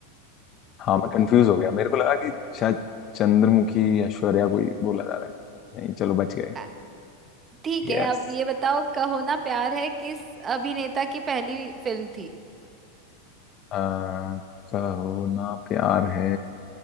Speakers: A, on the left; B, on the right.
A: हाँ मैं कंफ्यूज हो गया मेरे को लगा कि शायद चंद्रमुखी ऐश्वर्या कोई बोला जा रहा है नहीं चलो बच गए
B: अ, ठीक
A: यस
B: है अब ये बताओ कहो ना प्यार है किस अभिनेता की पहली फिल्म थी
A: अ, कहो ना प्यार है